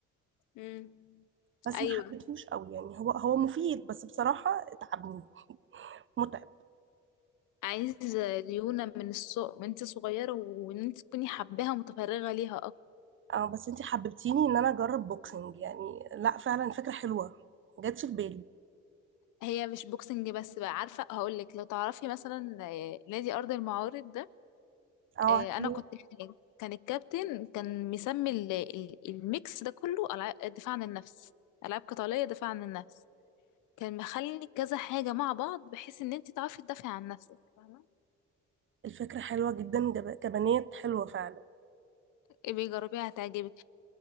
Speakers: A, on the left; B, on the right.
A: امم
B: بس
A: أيوة
B: ما حبيتهوش قوي يعني هو هو مفيد بس بصراحه اتعبني متعب
A: عايز ليونة من السوق من انت صغيرة وان انت تكوني حباها متفرغة ليها
B: اه بس انتي حببتيني ان انا اجرب بوكسنج يعني لا فعلا فكره حلوه ما جاتش في بالي
A: هي مش بوكسنج بس بقى عارفة هقول لك لو تعرفي مثلا آه، نادي أرض المعارض ده
B: اه
A: آه،
B: عارفه
A: أنا كنت هناك كان الكابتن كان مسمي ال- ال- الميكس ده كله ألع- دفاع عن النفس ألعاب قتالية دفاع عن النفس كان مخلي كذا حاجة مع بعض بحيث إن أنت تعرفي تدافعي عن نفسك فاهمة
B: الفكره حلوه جدا جب- كبنات حلوه فعلا
A: إيه بيجربيها هتعجبك